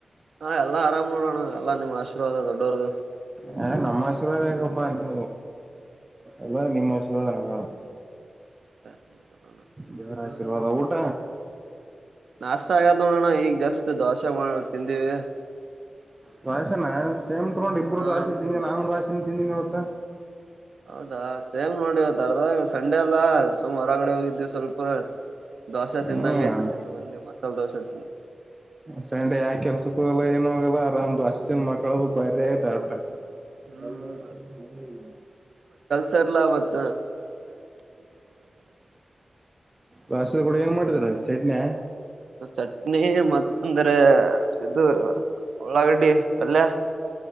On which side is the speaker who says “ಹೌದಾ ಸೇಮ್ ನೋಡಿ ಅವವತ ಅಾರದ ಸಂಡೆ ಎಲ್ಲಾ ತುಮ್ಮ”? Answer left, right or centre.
Right